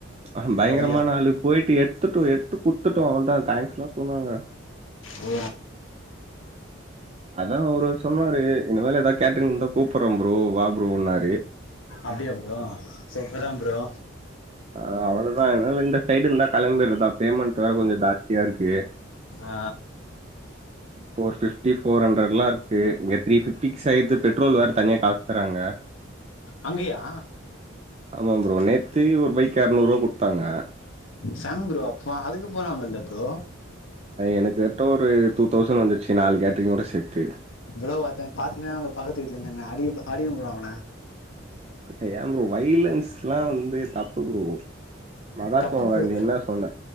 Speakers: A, on the right; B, on the left.
A: ஆ பயங்கரமான
B: ஓ அப்டியா
A: ஆளு போயிட்டு எட்த் எடுத்து குடுத்துட்டோ அவ்ளதா தேங்க்ஸ்லா சொன்னாங்க
B: ஓ
A: அதா அவரு சொன்னாரு இனிமேல் ஏதாவது கேட்ரிங் இருந்தா கூப்பட்றே ப்ரோ வா ப்ரோ ன்னாரு
B: அப்டியா ப்ரோ செப் ப்ரோ
A: ஆ அவ்ளதா அன்னால இந்த சைடு இந்தா கெளம்பிறதா பேமெண்ட் வேற கொஞ்சோ ஜாஸ்தியா இருக்கு
B: ஆ
A: ஃபோர் பிஃப்டி ஃபோர்ஹண்ட்ரட்லா இருக்கு இங்க த்ர பிஃப்டிக்கி ஃபிக்ஸாயிது பெட்ரோல் வேற தனியா காசு தராங்க
B: அங்கயா
A: ஆமா ப்ரோ நேத்து ஒரு பைக் எரநூறுவா குடுத்தாங்க
B: செம ப்ரோ அப்போ அதுக்கு போலாமல்ல ப்ரோ
A: எனக்கு கரட்டா ஒரு டூ தௌசண்ட் வந்துச்சு நாலு கேட்ரிங் ஒட சேத்து
B: ப்ரோ ஒத்த என்ன பாத்னே பக்கத்து வீட்லருந்து என்ன அடி அடிங்க ப்ரோ அவன
A: ஏ ப்ரோ வைலன்ஸ்ல்லா வந்து தப் பு ப்ரோ மகாத்மா
B: தப்பு ப்ரோ
A: காந்தி என்ன சொன்ன